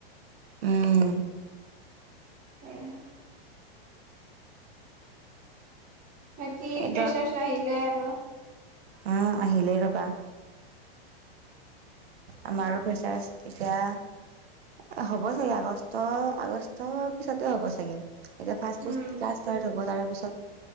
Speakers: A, on the right; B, on the right.
A: উম'।
B: উ' বাকী
A: এইটো
B: ফেচাৰ্চ আহিলে আৰু
A: উম' আহিলেই ৰবা। আমাৰো পইচা তেতিয়া হ'ব চাগে আগষ্ট, আগষ্টৰ পিছতে হ'ব চাগে। এতিয়া ফাৰ্ষ্ট
B: উম
A: ক্লাষ্ট ষ্টাৰ্ট হ'ব তাৰ পিছত